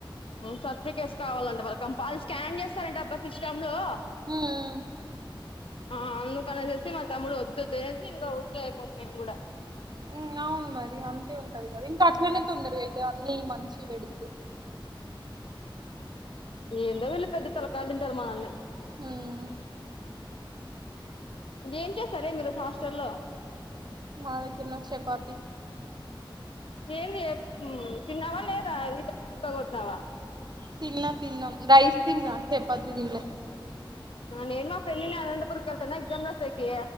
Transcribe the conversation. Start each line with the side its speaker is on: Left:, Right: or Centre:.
Left: సర్టిఫికేట్స్ కావాలంట వాళ్ళ కంపల్ స్కాన్ చేస్తారు అంటా అబ్బ సిస్టమ్ ఇందులో
Right: ఉమ్,
Left: ఆ అందుకని వచ్చేసి మా తమ్ముడు వద్దొద్దు అనేసి ఇంకా ఊరికే అయిపోతున్నాము మేము గుడా
Right: ఉమ్ అవును మరి అంతే ఉంటది గదా ఇంకా అట్లనే తొందరగా అయితే అన్ని మంచి వెడితే
Left: ఏందో వీళ్ళు పెద్ద తలక్ కాలు తింటారు మనల్ని
Right: ఉమ్,
Left: గేమ్ చేస్తారే మీరు వచ్చి హాస్టల్లో
Right: మా దగ్గర న చపాతి
Left: ఏందే తిన్నావా లేదా ఈరోజు డుమాకొట్టినవ్వా
Right: తిన్న తిన్నం రైస్ తిన్నా చపాతి తినలే
Left: నేను మా ఫ్రెండ్ ఇగ అనంతపూర్ కెలతనాం ఎగ్జామ్ రాసేకీ